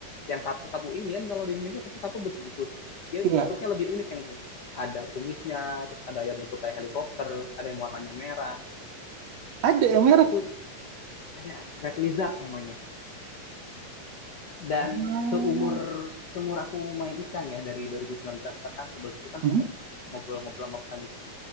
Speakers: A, on the left; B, on the right.
A: Yang sapu-sapu ini kan kalau di Indonesia sapu-sapu begitu. Dia
B: iya
A: bentuknya lebih unik yang ini. Ada kumisnya, terus ada yang bentuk kayak helikopter, ada yang warnanya merah.
B: ada yang merah
A: Itu ada red lizard namanya. dan
B: ah
A: seumur seumur aku main ikan ya dari 2019 bahkan sebelum itu kan
B: Mhm.
A: sempat ngobrol-ngobrol sama petani ikan